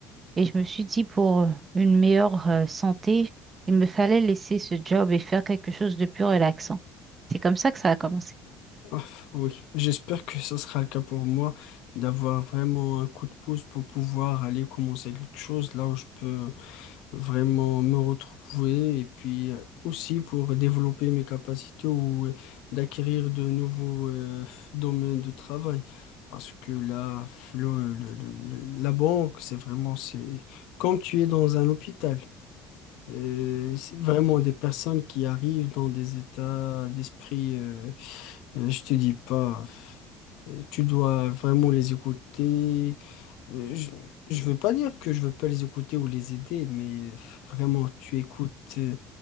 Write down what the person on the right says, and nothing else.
et je me suis dit pour une meilleure euh, santé, il me fallait laisser ce job et faire quelque chose de plus relaxant. C'est comme ça que ça a commencé.